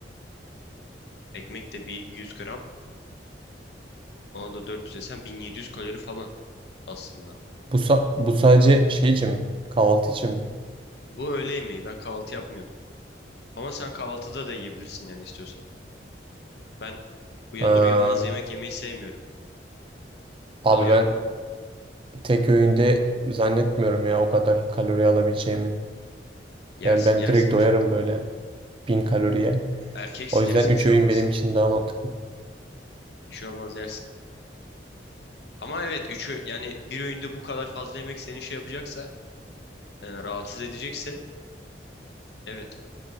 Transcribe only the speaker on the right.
Bu, sa- bu sadece şey için mi? Kahvaltı için mi?
Aa,
abi
ben Tek öğünde zannetmiyorum ya o kadar kalori alabileceğimi.
Yani ben
direkt doyarım böyle bin kaloriye.
O yüzden
üç
öğün
benim için daha mantıklı.